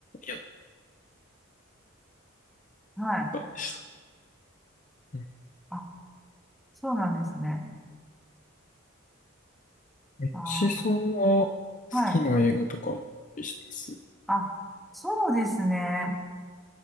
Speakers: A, on the left; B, in the centre.
A: やっ
B: はい。
A: たんでした。うん
B: あ、そうなんですね。
A: ミッチさんは好
B: ああ、はい。
A: きな映画とか、してます。う
B: あ、そうですね。